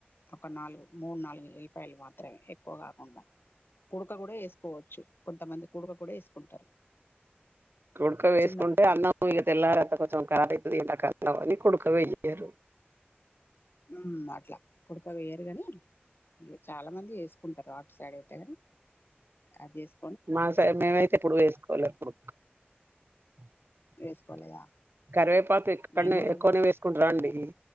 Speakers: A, on the left; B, on the right.
A: ఒక నాలుగు మూడు నాలుగు ఎల్లిపాయలు మాత్రమే ఎక్కువ కాకుండా కుడక కూడా వేసుకోవచ్చు కొంతమంది కుడక కూడా వేసుకుంటారు
B: కుడక వేసుకుంటే
A: చిన్న ముక్క
B: అన్నం ఇగ తెల్లారంత కొంచెం కదవుతుంది <unintelligible> ఇ క అని కొడుకవయ్యారు
A: ఉమ్ అట్లా కుడక వేయరు కాని చాలా మంది వేసుకుంటారు సరే అయితే అది వేస్కో
B: మా సైడ్ అయితే మేమైతే ఎప్పుడు వేసుకోవాలి ఉప్పు <inaudible>
A: వేసుకోలేదా
B: కరివేపాకు ఎక్కవనే
A: మేము కూడా
B: ఎక్కువనే వేసుకుంటార అండి